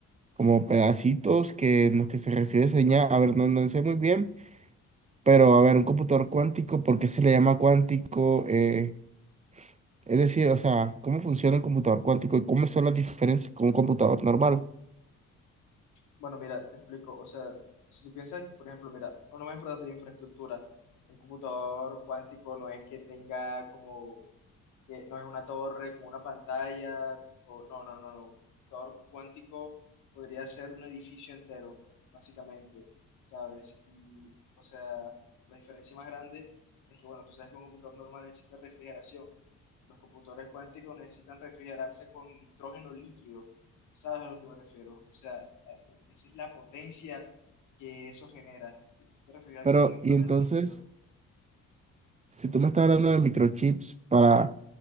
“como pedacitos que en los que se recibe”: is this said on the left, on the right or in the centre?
Right